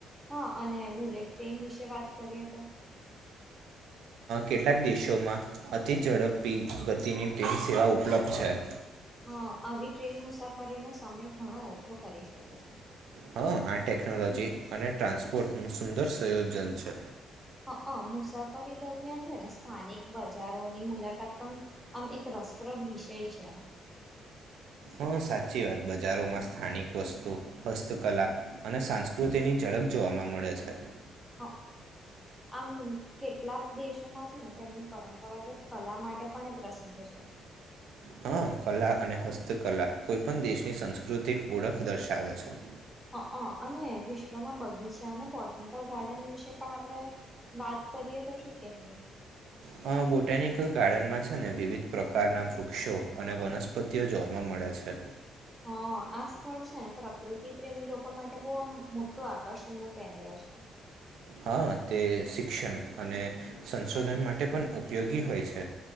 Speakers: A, in the centre; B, on the right.
A: હા અને બુલેટ ટ્રેન વિશે વાત કરીએ તો?
B: કેટલાક દેશોમાં અતિઝડપી ગતિની ટ્રેન સેવા ઉપલબ્ધ છે.
A: હા આવી ટ્રેન મુસાફરીનોો સમય ઘણો ઓછો કરી શકે છે
B: હ આ ટેકનોલોજી અને ટ્રાન્સપોર્ટ નું સુંદર સંયોજન છે.
A: હ મુસાફરી દરમિયાન છે ને સ્થાનિક બજારોની મુલાકાત પણ આમ એક રસપ્રદ વિષય છે.
B: હા સાચી વાત બજારોમાં સ્થાનિક વસ્તુ હસ્તકલા અને સંસ્કૃતિની ઝડપ જોવાવામાં મળે છે.
A: હ આમ કેટલાક દેશોમાં છે ને તેમની પરંપરાગત કલા માટે પણ એ પ્રસિદ્ધ છે.
B: હા કલા અને હસ્ત કલા કોઈ પણ દેશની સંસ્કૃતિક ઓળખ દર્શાવે છે.
A: હ અને વિશ્વના બગીચા અને બટ ટેિકલ ગાર્ડન વિશે પણ આપણે વાત કરીએ તો શું કેવું?
B: અ બોટનિકલ ગાર્ડનમાં છે ને વિવિધ પ્રકારના વૃક્ષો અને વનસ્પતિઓ જોવાવા મળે છે.
A: હા આ સ્થળ છે ને પ્રકૃતિ પ્રેમી લોકો માટે બહ આ મોટું આકર્ષણ ન કેન્દ્ર છે.
B: હા તે શિક્ષણ અને સંશોધન માટે પણ ઉપયોગી હોય છે.